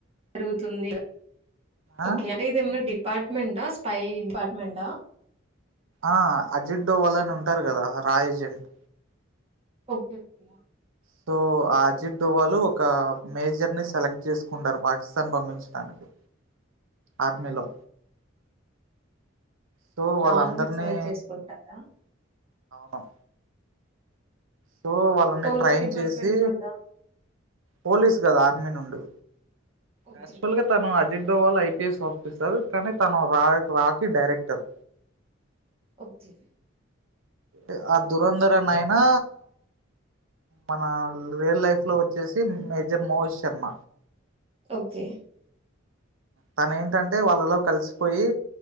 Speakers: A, on the right; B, on the right.
A: జరుగుతుంది
B: ఆ
A: ఓకే అంటే ఇది ఏమన్న డిప్ డిపార్మెంట్ స్పై డిపార్మెంట్ ఆ
B: ఆ అజిత్ డోవల్ అని ఉంటారు కదా రా ఏజెంట్
A: అబ్దుల్జయా
B: సో అజిత్ ధోవాల్ ఒక మేజర్ ని సెలెక్ట్ చేసుకుంటారు పాకిస్తాన్ పంమించడానికి ఆర్మీలో సో
A: రా
B: వాళ్ళందరినీ
A: నుండి సెలెక్ట్ చేసుకుంటారా
B: వ సో వాళ్ళని
A: పోలీస్
B: ట్రైన్
A: డిపార్ట్‌మెంట్
B: చేసి
A: నుండా?
B: పోలీస్ కదు ఆర్మీ నుండి
A: ఓకే.
B: యాక్చువాల్గా తను అజెం దొవాళ్ళ ఐపీఎస్ ఆఫీసర్ కానీ తను రా రాకి డైరెక్టర్
A: ఓబ్జి
B: ే ఆ దురంధరనైనా మన రియల్ లైఫ్ లో వచ్చేసి మేజర్ మోహిత్ శర్మ
A: ఓకే
B: తనెంటంటే వాళ్ళలో కలిసిపోయి